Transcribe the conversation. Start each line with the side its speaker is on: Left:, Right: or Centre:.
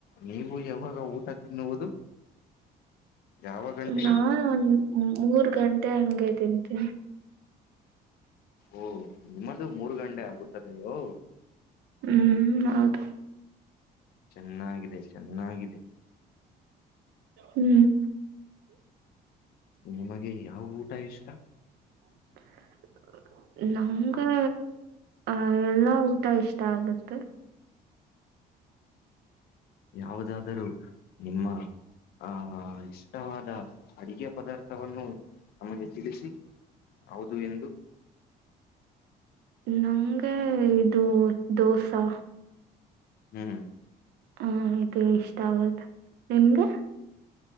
Left: ನೀವು ಯಾವಾಗ ಊಟ ತಿನ್ನುವುದು ಯಾವ ಗಂಟೆಗೆ
Right: ನಾು ಒಂದ ಮೂರ್ ಗಂಟೆ ಹಂಗಗೆ ತಿಂತನೆ
Left: ಓಹ ನಿಮ್ಮದು ಮೂರು ಗಂಟೆ ಆಗುತ್ತದೆಯೋ
Right: ಹ್ಮ್ ಹೌದು
Left: ಚೆನ್ನಾಗಿದೆ ಚೆನ್ನಾಗಿದೆ
Right: ಹ್ಮ್
Left: ನಿಮಗೆ ಯಾವ ಊಟ ಇಷ್ಟ
Right: <inaudible> ನಮ್ಗೆ ಎಲ್ಲಾ ಊಟ ಇಷ್ಟ ಆಗತ್ತೆ
Left: ಯಾವುದಾದರೂ ನಿಮ್ಮ ಆಹ ಇಷ್ಟವಾದ ಅಡಿಗೆ ಪದಾರ್ಥವನ್ನು ನಮಗೆ ತಿಳಿಸಿ ಹೌದು ಎಂದು
Right: ನಂಗೆ ಇದು ದೋಸಾ
Left: ಹ್ಮ್
Right: ಹ ಆಯ್ತು ಇಷ್ಟ ಆಗದು ನಿಮ್ಗೆ